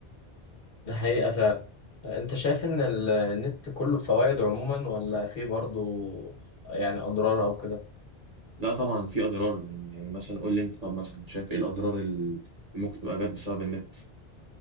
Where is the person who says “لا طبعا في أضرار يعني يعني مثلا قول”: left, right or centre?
Right